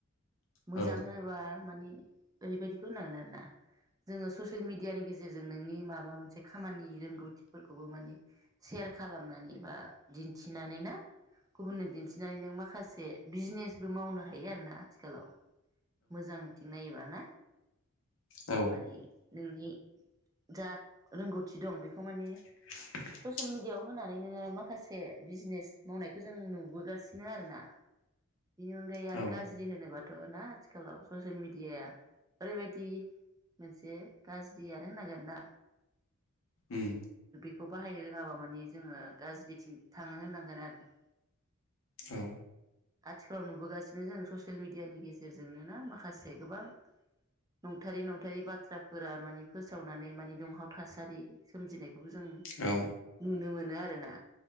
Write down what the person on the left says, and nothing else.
औ
औ
<unintelligible>
औ
औ
उम
उम
औ